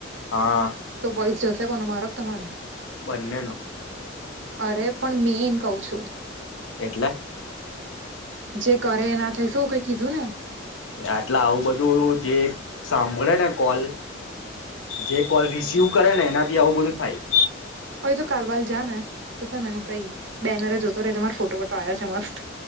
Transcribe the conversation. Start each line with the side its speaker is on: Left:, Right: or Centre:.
Left: હા.
Right: તો વોઈસ જશે કોનો? મારો કે તમારો?
Left: બંનેનો.
Right: અરે પણ મેન કઉ છું.
Left: એટલે?
Right: જે કરે એના થઈ શું કઈ કીધું ને?
Left: એટલા આવું બધું જે સાંભળેને કોલ જે કોલ રિસીવ કરે ને એનાથી આવું બધું થાય.
Right: ઓય તું કાલબાલ જા ને તો છે ને તઈ બેનરે જોતો રે જે માર ફોટો-બોટો આયો છે મસ્ત.